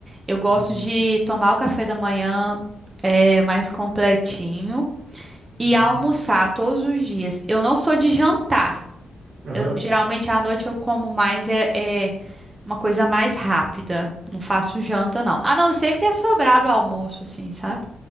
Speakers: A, on the right; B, on the right.
A: Eu gosto
B: uhum,
A: de tomar o café da manhã é, mais completinho e
B: uhum.
A: almoçar todos os dias. Eu não sou de jantar.
B: Aham.
A: Eu, geralmente à noite eu como mais é, é uma coisa mais rápida. Não faço janta, não. A não ser que tenha sobrado almoço, assim, sabe?